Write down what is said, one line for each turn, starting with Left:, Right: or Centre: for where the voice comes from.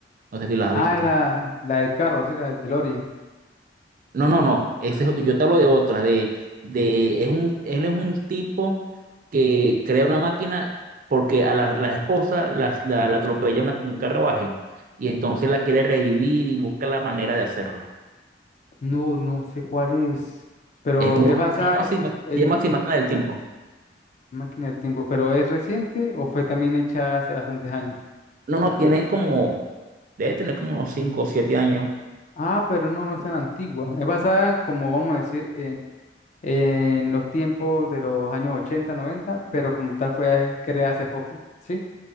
Right: No sé si la has
Left: Ah,
Right: visto.
Left: la, la del carro, sí, la del DeLorean.
Right: No, no, no. Ese es otro. Yo te hablo de otra. De, de, es un, él es un tipo que crea una máquina porque a la, la esposa la, la, la atropella una- un carruaje y entonces la quiere revivir y busca la manera de hacerlo.
Left: No, no sé cuál es, pero
Right: Es muy
Left: es
Right: bu-
Left: basada
Right: Se llama
Left: eh,
Right: así, ma-
Left: en...
Right: se llama así Máquina del Tiempo.
Left: Máquina del tiempo, pero ¿es reciente o fue también hecha hace bastantes años?
Right: No, no, tiene como, debe tener como unos 5 o 7 años.
Left: Ah, pero no, no es tan antigua. Es basada, como vamos a decir, en, en los tiempos de los años 80, 90, pero como tal fue creada hace poco, ¿sí?